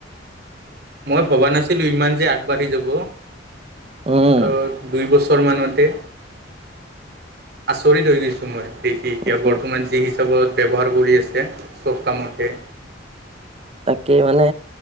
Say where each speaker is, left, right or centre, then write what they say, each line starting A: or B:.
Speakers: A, on the right; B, on the right.
A: মই ভবা নাছিলোঁ ইমান যে আগবাঢ়ি যাব,
B: উম।
A: ত দুই বছ ছৰ মানতে আচৰিত হৈ গৈছোঁ মই। দেখি এতিয়া
B: উম,
A: বৰ্তমান যি হিচাপত ব্যৱহাৰ কৰি আছে চব কামতে।
B: তাকেই মানে।